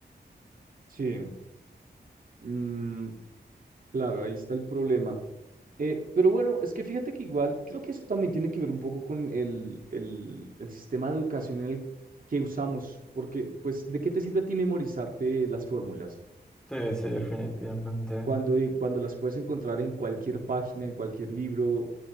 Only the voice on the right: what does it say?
sí. Mm, claro, ahí está el problema. Eh, pero bueno, es que fíjate que igual, creo que eso también tiene que ver un poco con el, el, el sistema de educación en el que usamos, porque pues, ¿de qué te sirve a ti memorizarte las fórmulas?
Cuando, eh, cuando las puedes encontrar en cualquier página, en cualquier libro,